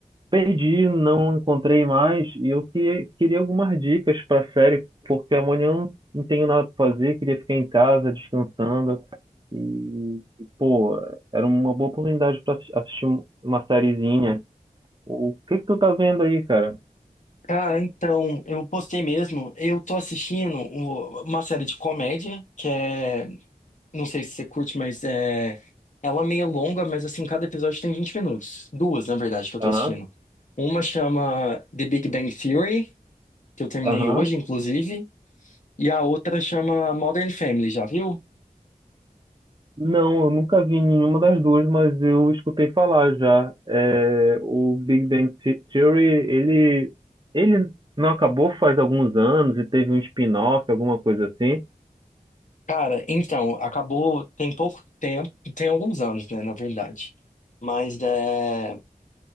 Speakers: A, on the right; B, on the left.
A: Perdi, não encontrei mais e eu que- queria algumas dicas para a série, porque amanhã eu não não tenho nada para fazer, queria ficar em casa descansando e, pô, era uma boa oportunidade para assistir um- uma sériezinha. O que que tu tá vendo aí, cara?
B: Cara, então, eu postei mesmo. Eu tô assistindo o- uma série de comédia, que é. Não sei se você curte, mas é. Ela é meio longa, mas assim, cada episódio tem 20 minutos. Duas, na verdade, que eu
A: Aham,
B: tô assistindo. Uma chama The Big Bang Theory, que eu terminei
A: aham.
B: hoje, inclusive. E a outra chama Modern Family, já viu?
A: Não, eu nunca vi nenhuma das duas, mas eu escutei falar já. É, o Big Bang The- Theory, ele, ele não acabou faz alguns anos e teve um spin-off, alguma coisa assim.
B: Cara, então, acabou tem pouco tempo, tem alguns anos, né, na verdade. Mas é,